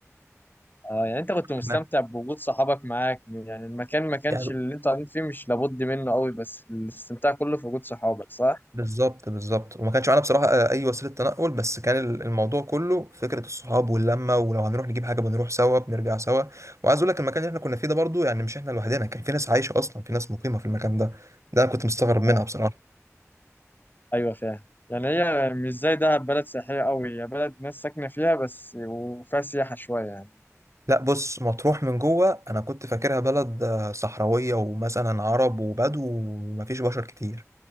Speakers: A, on the left; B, on the right.
A: اه يعني انت كنت مستمتع
B: إحنا-
A: بوجود صحابك معاك يعني المكان ما كانش
B: يعني
A: اللي انتوا قاعدين فيه مش لابد منه قوي بس الاستمتاع كله في وجود صحابك صح؟
B: بالظبط بالظبط وما كانش معانا بصراحه اي وسيله تنقل بس كان الموضوع كله فكره الصحاب واللمه ولو هنروح نجيب حاجه بنروح سوا بنرجع سوا وعايز اقول لك المكان اللي احنا كنا فيه ده برضو يعني مش احنا لوحدنا كان في ناس عايشه اصلا في ناس مقيمه في المكان ده ده انا كنت مستغرب
A: اه
B: منها بصراحه
A: ايوه فاهم يعني هي مش زي دهب بلد سياحية قوي هي بلد ناس ساكنة فيها بس وفيها سياحة شوية يعني
B: لا بص مطروح من جوه انا كنت فاكرها بلد آه، صحراويه ومثلا عرب وبدو ومفيش بشر كتير